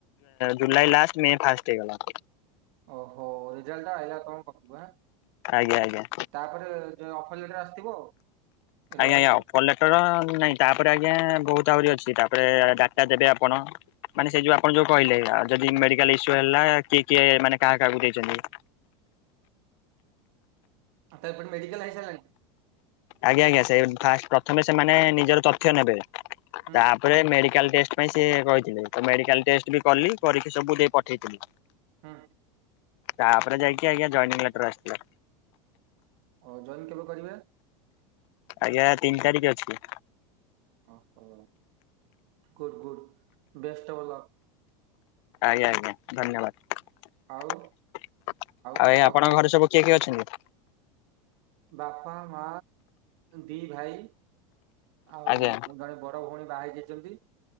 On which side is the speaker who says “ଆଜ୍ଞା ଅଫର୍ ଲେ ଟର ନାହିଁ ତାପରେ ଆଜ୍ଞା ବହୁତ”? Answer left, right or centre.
Left